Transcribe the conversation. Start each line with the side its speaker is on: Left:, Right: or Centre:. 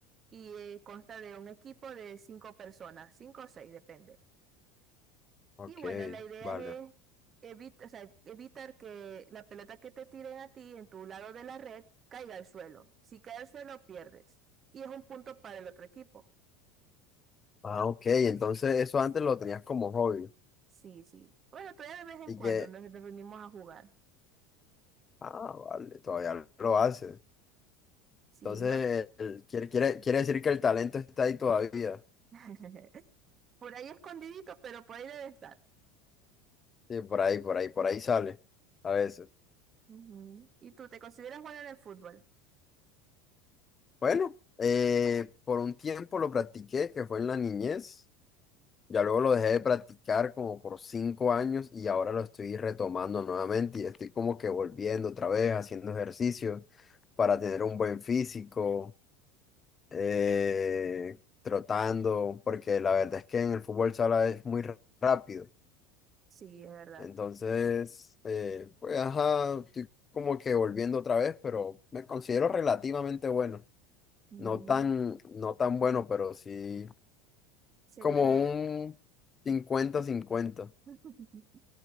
Right: y eh, consta de un equipo de cinco personas, cinco o seis, depende.
Left: Ok,
Right: Y bueno, la idea
Left: vale.
Right: es evit- o sea, evitar que la pelota que te tiren a ti en tu lado de la red caiga al suelo. Si cae al suelo, pierdes. Y es un punto para el otro equipo.
Left: Ah, ok, entonces eso antes lo tenías como hobby
Right: Sí, sí. Bueno, todavía de vez en
Left: y
Right: cuando
Left: que,
Right: nos nos reunimos a jugar.
Left: ah, vale, todavía lo haces.
Right: Sí,
Left: Entonces,
Right: no.
Left: el- quiere, quiere, quiere decir que el talento está ahí todavía.
Right: <laughs> Por ahí escondidito, pero por ahí debe estar.
Left: Sí, por ahí, por ahí, por ahí sale a veces.
Right: Ujú. ¿Y tú te consideras bueno en el fútbol?
Left: Bueno, eh, por un tiempo lo practiqué, que fue en la niñez. Ya luego lo dejé de practicar como por cinco años y ahora lo estoy retomando nuevamente y estoy como que volviendo otra vez, haciendo ejercicio para tener un buen físico, eh, trotando, porque la verdad es que en el fútbol sala es muy r- rápido.
Right: Sí, es verdad.
Left: Entonces, eh, pues ajá, estoy como que volviendo otra vez, pero me considero relativamente bueno.
Right: Mm.
Left: No tan, no tan bueno, pero sí
Right: Serías.
Left: como
Right: eh,
Left: un cincuenta cincuenta
Right: <laughs> O